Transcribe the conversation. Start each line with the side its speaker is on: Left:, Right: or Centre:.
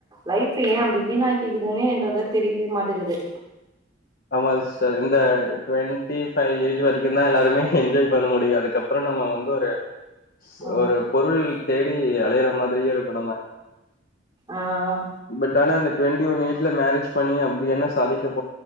Right: லைஃப் ஏ அப்டி வீணாக்கி க்குதுன்னே என்றத தெரிவே மாட்டகிது
Left: ஆமா சிஸ்டர் இந்த டவெண்டி ஃபைவ் ஏஜ் வரைக்குந்தா எல்லாருமே என்ஜாய் பண்ண முடியு அதுக்கப்புறோ நம்ம வந்து ஒரு ஸ்
Right: ம்
Left: ஒரு பொருள் தேடி அலையற மாதிரியே இரு ப்ப நம்ம
Right: ஆ ஆ
Left: பட் ஆனா அந்தட் டுவெண்டி ஒன் ஏஜ்ல மேரேஜ் பண்ணி அப்டி என்ன சாதிக்கப்